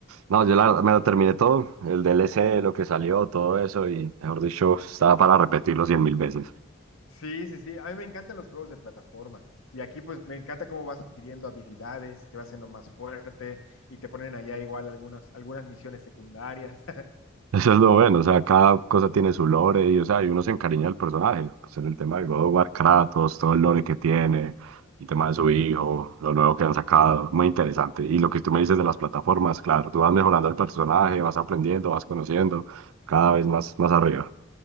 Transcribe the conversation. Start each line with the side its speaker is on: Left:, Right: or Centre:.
Right: no, yo la verdad me lo terminé todo, el DLC, lo que salió, todo eso, y mejor dicho, estaba para repetirlo cien mil veces.
Left: Sí, sí, sí. A mí me encantan los juegos de plataforma. Y aquí, pues, me encanta cómo vas adquiriendo habilidades, te vas haciendo más fuerte y te ponen allá igual algunas, algunas misiones secundarias.
Right: Eso es lo bueno, o sea, cada cosa tiene su lore y, o sea, y uno se encariña del personaje. Pues en el tema de God of War, Kratos, todo el lore que tiene, el tema de su hijo, lo nuevo que han sacado, muy interesante. Y lo que tú me dices de las plataformas, claro, tú vas mejorando el personaje, vas aprendiendo, vas conociendo, cada vez más, más arriba.